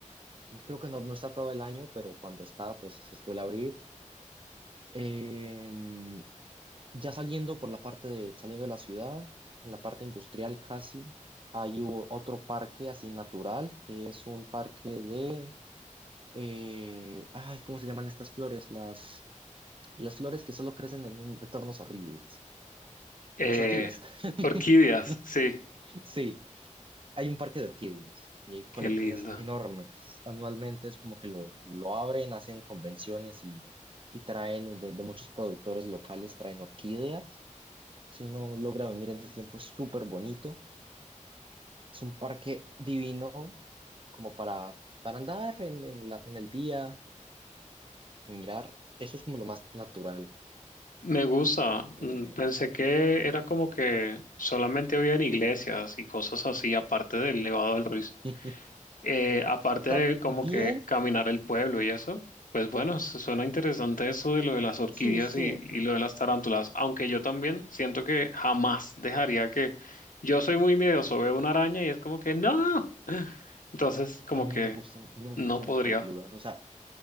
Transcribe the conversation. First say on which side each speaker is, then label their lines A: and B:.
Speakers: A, on the right; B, on the left.
A: Creo que no, no está todo el año, pero cuando está, pues se suele abrir. Em, ya saliendo por la parte de, saliendo de la ciudad, en la parte industrial casi, hay u- otro parque así natural, que es un parque de, eh, ay, ¿cómo se llaman estas flores? Las, las flores que solo crecen en un- entornos horribles.
B: Eh,
A: Las orquídeas. <laughs>
B: orquídeas, sí,
A: Sí, hay un parque de orquídeas y hay colecciones
B: qué lindo.
A: enormes. Anualmente es como que lo, lo abren, hacen convenciones y, y traen de de muchos productores locales, traen orquídeas Si uno logra venir en ese tiempo, es súper bonito. Es un parque divino como para, para andar en, en la- en el día y mirar. Eso es como lo más natural.
B: Me gusta.
A: Eh,
B: Mm, Pensé que era como que solamente había en iglesias y cosas así, aparte del Nevado del Ruiz.
A: <laughs>
B: Eh, aparte de
A: también,
B: como que caminar el pueblo y eso, pues bueno, su- suena interesante eso de lo de las orquídeas
A: sí, sí.
B: y, y lo de las tarántulas, aunque yo también siento que jamás dejaría que yo soy muy miedoso, veo una araña y es como que no. <laughs> Entonces, como
A: A mí
B: que
A: no me gustan, no me
B: no
A: gustan
B: podría.
A: las peludas. O sea,